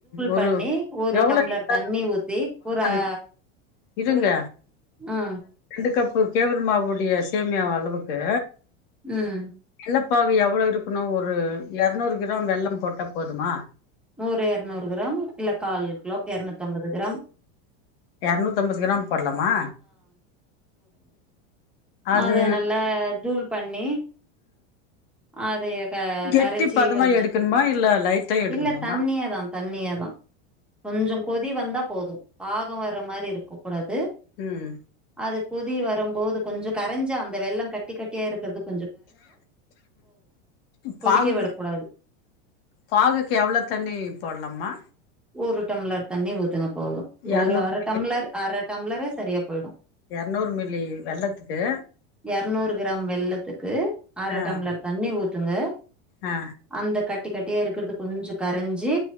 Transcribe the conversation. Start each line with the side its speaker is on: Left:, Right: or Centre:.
Left: ஒரு
Centre: பண்ணி ஒரு
Left: எவ்ளவு
Centre: டம்ளர் தண்ணி ஊத்தி ஒரு
Left: அது
Centre: அ
Left: இருங்க
Centre: ஒரு ஆ
Left: ரெண்டு கப் இப்ப கேவிர மாவுடைய சேமியா அளவுக்கு
Centre: உம்
Left: வெள்ளப்பாகு எவ்வளோ இருக்கணும் ஒரு இரநூறு கிராம் வெள்ளம் போட்ட போதுமா
Centre: ஒரு இரநூறு கிராம் இல்ல கால் கிலோ இரநூத்தி ம்பது கிராம்
Left: இரநூத்தி ம்பது கிராம் போடலாமா அது
Centre: அத நல்லா தூள் பண்ணி அ அதேே
Left: கெட்டி
Centre: கரைச்சி
Left: பதமா
Centre: கொஞ்சம்
Left: எடுக்கணுமா இல்ல லைட்டா எடுக்கணுமாமா
Centre: இல்ல தண்ணியே தான் தண்ணிய தான் கொஞ்சம் தி வந்தா போதும் பாகம் வர்ற மாதிரி இருக்க கூடாது
Left: உம்
Centre: அது கொதி வரும்போது கொஞ்சம் கரைஞ்ச அந்த வெள்ளம் கட்டி கட்டியா இருக்கிறதுக்கு கொதிக்க
Left: பாகுக்கு
Centre: விடக்கூடாது
Left: பாகுக்கு எவ்வளவு தண்ணி போடலாமா
Centre: ஒருஊ டம்ளர் தண்ணி ஊதுங்க போகும்
Left: எரநூறு
Centre: ஒரு அரை டம்ளர் அரைரை டம்ளரே சரியா போயிடும்
Left: எரநூறு மில்லி வெல்லத்துக்கு
Centre: ய அறுநூறு கிராம் வெள்ளத்துக்கு அரை
Left: ஆ
Centre: டம்ளர் தண்ணி ஊத்துங்க
Left: ஆ
Centre: அந்த க வட்ட கட்டியே இருக்கிறது கொஞ்சம் கரைஞ்சி